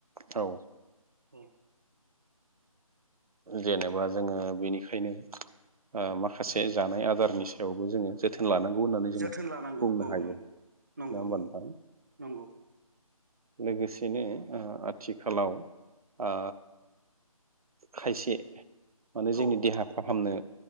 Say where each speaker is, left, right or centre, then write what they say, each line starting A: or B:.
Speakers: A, on the right (about 75°); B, on the right (about 30°).
A: औ
B: औ
A: जेनेबा जोङो बेनिखायनो ओ‌ माखासे जानाय आदारनि सायावबो जोङो जोथो नलानांगौ होननानै जोङो
B: जोथोन लानांगौ
A: बुंनो
B: औ
A: हायो
B: नंगौ
A: नङा
B: नंगौ
A: होमबा
B: नंगौ
A: नोंथां?
B: नंगौ
A: लोगोसेनो ओ आथिखालाव ओ खायसे माने जोंनि
B: औ
A: देहा फाहामनो